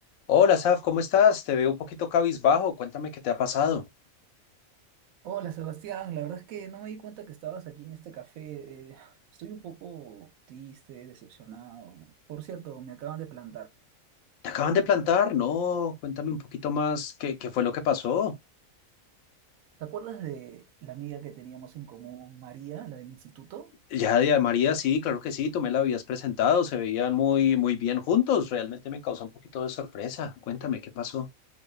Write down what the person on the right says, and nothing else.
Hola Sebastián, la verdad es que no me di cuenta que estabas aquí en este café. eh, estoy un poco triste, decepcionado. Por cierto, me acaban de plantar.
¿Te acuerdas de la amiga que teníamos en común, María, la del instituto?